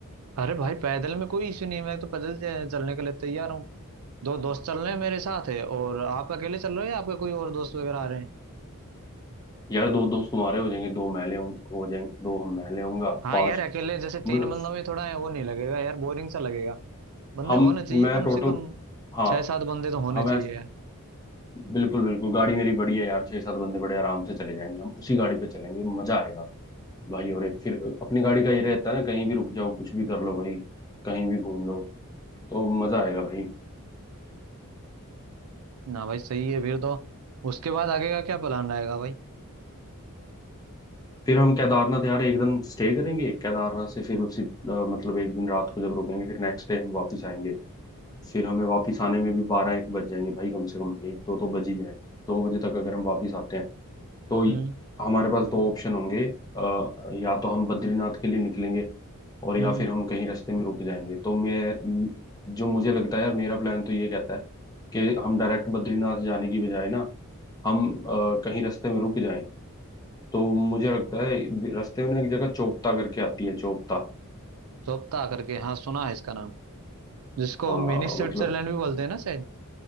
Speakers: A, on the right; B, on the left.
A: अरे भाई पैदल में कोई इश्यू नहीं है, मैं तो पैदल च- चलने के लिए तैयार हूँ दो दोस्त चल रहे हैं मेरे साथ है और आप अकेले चल रहे हो या आपके कोई और दोस्त वगैरह आ रहे हैं
B: यार दो दोस्त तुम्हारे हो जाएंगे दो मैले हों- हो जाएंगे दो हम मैले होऊंगा
A: हाँ
B: पांच
A: यार अकेले जैसे तीन
B: मतलब
A: बंदों में थोड़ा है वो नहीं लगेगा यार बोरिंग सा लगेगा बंदे
B: हम
A: होने चाहिए
B: मैं
A: कम
B: टोटल
A: से कम
B: हाँ
A: छह सात बंदे तो होने
B: हम
A: चाहिए
B: ऐसे
A: यार
B: बिल्कुल बिल्कुल गाड़ी मेरी बड़ी है यार छह सात बंदे बड़े आराम से चले जाएंगे हम उसी गाड़ी पे चलेंगे मजा आएगा भाई और एक फिर अपनी गाड़ी का ये रहता है ना कहीं भी रुक जाओ कुछ भी कर लो भाई कहीं भी घूम लो तो मजा आएगा भाई
A: ना भाई सही है फिर तो उसके बाद आगे का क्या प्लान रहेगा भाई
B: फिर हम केदारनाथ यार एक दिन स्टे करेंगे केदारनाथ से फिर उसी अ, मतलब एक दिन रात को जब रुकेंगे फिर नेक्स्ट डे हम वापस आएंगे फिर हमें वापस आने में भी बारह एक बज जाएंगे भाई कम से कम एक दो तो बज ही जाएंगे दो बजे तक अगर हम वापस आते हैं तो य-
A: हम्म।
B: हमारे पास दो ऑप्शन होंगे अ, या तो हम बद्रीनाथ के लिए निकलेंगे और या
A: हम्म
B: फिर हम कहीं रास्ते में रुक जाएंगे तो मैं म- जो मुझे लगता है यार मेरा प्लान तो ये कहता है कि हम डायरेक्ट बद्रीनाथ जाने की बजाय ना हम अ, कहीं रास्ते में रुक जाएं तो मुझे लगता है रास्ते में ना एक जगह चोपता करके आती है चोपता
A: जोप्ता करके हाँ सुना है इसका नाम जिसको
B: हाँ
A: मिनी स्विट्जरलैंड
B: मतलब
A: भी बोलते हैं ना शायद